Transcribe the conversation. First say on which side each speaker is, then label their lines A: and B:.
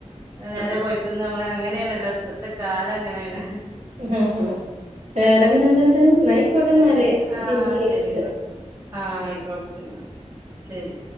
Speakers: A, on the right; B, on the right.
A: നേരെ
B: ആഹ്
A: പോയപ്പോ നമ്മള് അങ്ങനെയാണല്ലോ ഇപ്പത്തെ കാലം അങ്ങനെയാണ്
B: ആഹ് വേറെ പിന്നെ എന്താണ്ട് എന്നാൽ ആയിക്കോട്ടെന്നാല്
A: വേറെ ആഹ്
B: പിന്നെ വിളിക്കണുണ്ട്
A: ശരി എന്നാ ആഹ് ആയിക്കോ ഓക്കെ എന്നാ ശെരി